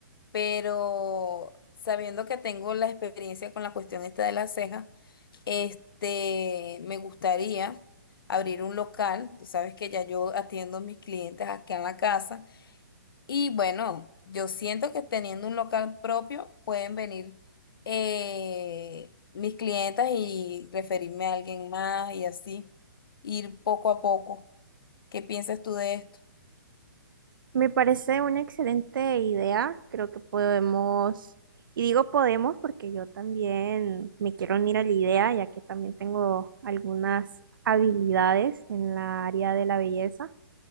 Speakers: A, on the left; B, on the right.
A: pero sabiendo que tengo la experiencia con la cuestión esta de las cejas, este, me gustaría abrir un local. Tú sabes que ya yo atiendo a mis clientes aquí en la casa y bueno, yo siento que teniendo un local propio pueden venir eh, mis clientas y referirme a alguien más y así ir poco a poco. ¿Qué piensas tú de esto?
B: Me parece una excelente idea. Creo que podemos, y digo podemos porque yo también me quiero unir a la idea, ya que también tengo algunas habilidades en la área de la belleza.